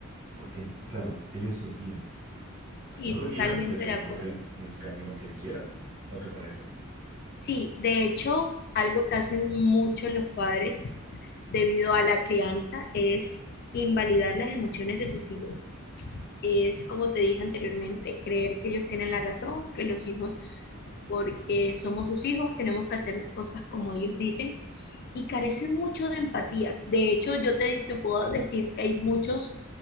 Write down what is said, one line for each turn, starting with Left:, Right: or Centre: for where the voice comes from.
Right: porque claro, ellos lo guían.
Left: Sí,
Right: Si no lo
Left: totalmente
Right: guían, pues él
Left: de acuerdo.
Right: coge el, el camino que él quiera. ¿No te parece?
Left: Sí, de hecho, algo que hacen mucho los padres debido a la crianza es invalidar las emociones de sus hijos. es, como te dije anteriormente, creer que ellos tienen la razón, que los hijos, porque somos sus hijos, tenemos que hacer las cosas como ellos dicen y carecen mucho de empatía. De hecho, yo te, te puedo decir que hay muchos,